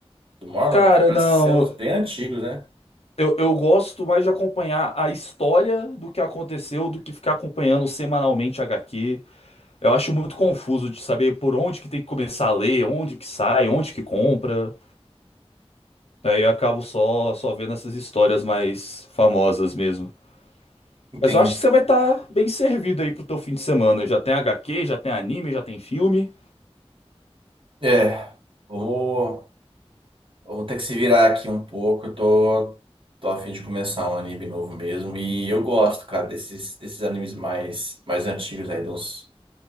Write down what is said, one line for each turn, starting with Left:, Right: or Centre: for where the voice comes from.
Right: do Marlon?
Left: Cara,
Right: Que parece
Left: não,
Right: ser uns bem antigos, né?
Left: eu, eu gosto mais de acompanhar a história do que aconteceu do que ficar acompanhando semanalmente HQ. Eu acho muito confuso de saber por onde que tem que começar a ler, onde que sai, onde que compra. Aí eu acabo só, só vendo essas histórias mais famosas mesmo.
Right: Entendi.
Left: Mas eu acho que você vai estar bem servido aí pro teu fim de semana. Já tem HQ, já tem anime, já tem filme.
Right: É, vamos, vamos ter que se virar aqui um pouco. Eu tô, tô a fim de começar um anime novo mesmo. E eu gosto, cara, desses, desses animes mais, mais antigos aí, dos,